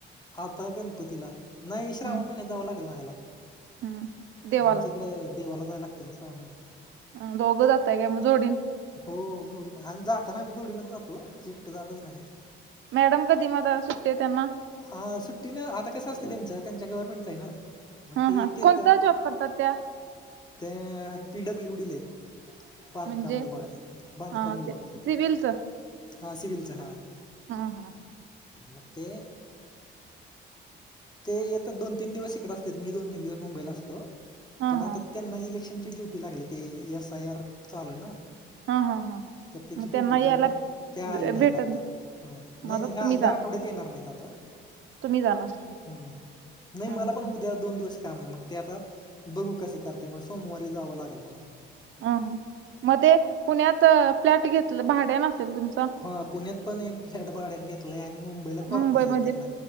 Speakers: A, on the left; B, on the right.
A: आता गणपतीला नाही श्रावण
B: हम्म
A: महिन्यात जावं लागेल ना हयाला
B: हम्म देवाला
A: आमच्या इकडे देवाला जायला लागते ना श्रावण महिन्यात
B: अ दोघं जातय का मग जोडीन
A: हो जोडीन आणि जाताना आही जोडीनच जातो एकटं जातच नाही.
B: मॅडम कधी मग सुट्टी त्यांना
A: हा सुट्टी ना आता कसं असते त्यांचं त्यांच्या गव्हर्नमेंटच ये ना, मग
B: हा
A: ते
B: हा
A: येत ते
B: कोणता जॉब करतात त्या
A: ते पी डब्ल्यू डी ला येत बांधकाम
B: म्हणजे
A: विभागात आहे थे बांधकाम
B: हा
A: विभाग
B: ते सिव्हिलच
A: हा सिव्हलचा हा
B: हा हा
A: मग ते ते येत दोन तीन दिवस इकडे असते मी दोन तीन दिवस मुंबईला असतो
B: हा
A: पण आता
B: हा
A: त्यांना इलेक्शनची ड्युटी लागली ते एस आय आर चालू आहे ना
B: हा हा हा
A: तर त्याची
B: मग
A: ड्युटी
B: त्यांना यायला
A: त्यामुळे ते आले
B: भे-
A: नाहीत
B: भेटत
A: आता
B: नाही.
A: नाही
B: मग आता
A: नाही ह्या
B: तुम्ही जाण
A: आठवड्यात येणार नाहीत आता
B: तुम्ही जाणार
A: हम् नाही
B: हा
A: मला
B: हा
A: पण उद्या दोन दिवस काम आहे मग ते आता बघू कस करते मग सोमवारी जावं लागेल मला
B: अ मध्ये पुण्यात फ्लॅट घेतलं भाड्यान आसेल तुमचा
A: हा पुण्यात पण एक फ्लॅट भाड्यान घेतलाय आणि मुंबईला क्वार्टरस
B: मुंबईमध्ये
A: येत त्यांना